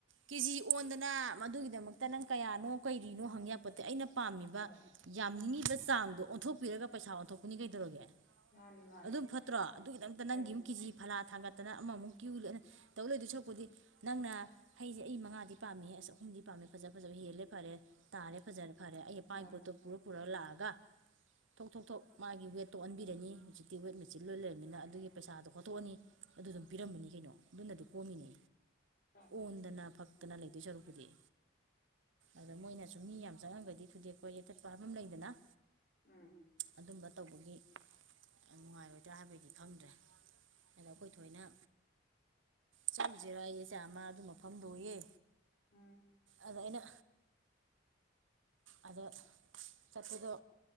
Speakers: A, on the right (about 75°); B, on the left (about 45°).
A: ꯀꯦꯖꯤ ꯑꯣꯟꯗꯅ ꯃꯗꯨꯒꯤꯗꯃꯛꯇ ꯅꯪ ꯀꯌꯥꯅꯣ ꯀꯩꯔꯤꯅꯣ ꯍꯪꯉ ꯄꯣꯠꯇꯤ ꯑꯩꯅ ꯄꯥꯝꯃꯤꯕ
B: ꯍꯣꯏ
A: ꯌꯥꯝꯅꯤꯡꯉꯦꯕ ꯆꯥꯡꯗꯣ ꯑꯣꯟꯊꯣꯛꯄꯤꯔꯒ ꯄꯩꯁꯥ ꯑꯣꯟꯊꯣꯛꯄꯅꯤ ꯀꯩꯗꯧꯔꯒꯦ
B: ꯃꯥꯅꯤ ꯃꯥꯅꯤ
A: ꯑꯗꯨꯅ ꯐꯠꯇ꯭ꯔꯣ ꯑꯗꯨꯒꯤ ꯗꯃꯛꯇ
B: ꯐꯩ
A: ꯅꯪꯒꯤ ꯑꯃꯨꯛ ꯀꯦꯖꯤ ꯐꯥꯂ ꯊꯪꯉꯠꯇꯅ ꯑꯃꯨꯛ ꯀ꯭ꯌꯨ ꯂꯦꯞꯅ ꯇꯧ ꯂꯩꯗꯧ ꯁꯔꯨꯛ ꯄꯨꯗꯤ ꯅꯪꯅ ꯍꯩꯖꯦ ꯑꯩ ꯃꯉꯥꯗꯤ ꯄꯥꯝꯃꯦꯍꯦ ꯑꯁ ꯑꯍꯨꯝꯗꯤ ꯄꯥꯝꯃꯦ ꯐꯖ ꯐꯖꯕ ꯍꯦꯜꯂꯦ ꯐꯔꯦ꯫ ꯇꯥꯔꯦ ꯐꯖꯔꯦ ꯐꯔꯦ ꯑꯩ
B: ꯃꯥꯅꯤ
A: ꯄꯥꯏꯔꯦ ꯄꯣꯠꯇꯣ ꯄꯨꯔꯣ꯫ ꯄꯨꯔꯥ ꯂꯥꯛꯑꯒ ꯊꯣꯛ ꯊꯣꯛ ꯊꯣꯛ ꯃꯥꯒꯤ ꯋꯦꯠꯇꯣ ꯑꯣꯟꯕꯤꯔꯅꯤ ꯍꯧꯖꯤꯛ꯫ ꯇꯤꯌꯕꯋꯦꯠ ꯃꯦꯠꯁ ꯂꯣꯏ ꯂꯩꯔꯕꯃꯤꯅ ꯑꯗꯨꯒꯤ ꯄꯩꯁꯥꯗꯣ ꯈꯣꯠꯇꯣꯛꯑꯅꯤ ꯑꯗꯨꯝ ꯄꯤꯔꯝꯕꯅꯤ ꯀꯩꯅꯣ ꯑꯗꯨꯅꯗꯤ ꯀꯣꯝꯃꯤꯅꯦ꯫
B: <unintelligible>
A: ꯑꯣꯟꯗꯅ ꯐꯛꯇꯅ ꯂꯩꯗꯣꯏ ꯁꯔꯨꯛ ꯄꯨꯗꯤ ꯑꯗ ꯃꯣꯏꯅꯁꯨ ꯃꯤ ꯌꯥꯝ ꯆꯪꯉꯟꯕꯗꯤ ꯊꯨꯗꯦꯛꯄ ꯌꯩꯊꯠꯄ ꯍꯥꯏꯕ ꯑꯃ ꯂꯩꯗꯅ
B: ꯎꯝ
A: ꯑꯗꯨꯝꯕ ꯇꯧꯕꯒꯤ꯫ ꯌꯥꯝ ꯅꯨꯡꯉꯥꯏꯔꯣꯏꯗ꯭ꯔꯥ ꯍꯥꯏꯕꯗꯤ ꯈꯪꯗ꯭ꯔꯦ ꯑꯗ ꯑꯩꯈꯣꯏ ꯊꯣꯏꯅ ꯆꯠꯂꯨꯁꯤꯦꯔ ꯑꯩ ꯆꯥ ꯑꯃ ꯑꯗꯨ ꯃꯐꯝꯗ ꯊꯣꯛꯑꯦ꯫
B: ꯎꯝ
A: ꯑꯗ ꯑꯩꯅ ꯑꯗ ꯆꯠꯄꯗꯣ